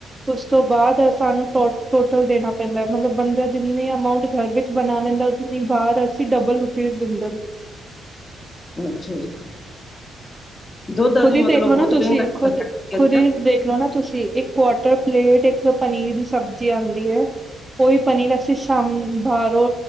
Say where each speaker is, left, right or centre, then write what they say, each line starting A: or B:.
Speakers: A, on the right (about 15°); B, on the left (about 25°).
A: ਉਸ ਤੋਂ ਬਾਅਦ ਸਾਨੂੰ ਟੋ, ਟੋਟਲ ਦੇਣਾ ਪੈਂਦਾ ਮਤਲਬ ਬੰਦਾ ਜਿੰਨੀ ਅਮਾੰਊਂਟ ਘਰ ਵਿੱਚ ਬਣਾ ਲੇਂਦਾ, ਉਤਨੀ ਬਾਹਰ ਅਸੀਂ ਡਬਲ ਰੁਟੀ ਦਿੰਦੇ।
B: ਅੱਛਾ ਜੀ। ਦੁੱਧ ਦਾ
A: ਖੁਦ
B: ਵੀ
A: ਈ
B: ਮਤਲਬ
A: ਦੇਖਲੋ
B: ਬਹੁਤ
A: ਨਾ ਤੁਸੀਂ,
B: ਮਹਿੰਗਾ
A: ਖੁਦ, ਖੁਦ ਈ ਦੇਖਲੋ ਨਾ ਤੁਸੀ, ਇੱਕ ਕੁਆਟਰ ਪਲੇਟ, ਇੱਕ ਪਨੀਰ ਦੀ ਸਬਜ਼ੀ ਆਂਦੀ ਐ। ਓਈ ਪਨੀਰ ਅਸੀਂ ਸ਼ਾਮ, ਬਾਹਰੋ,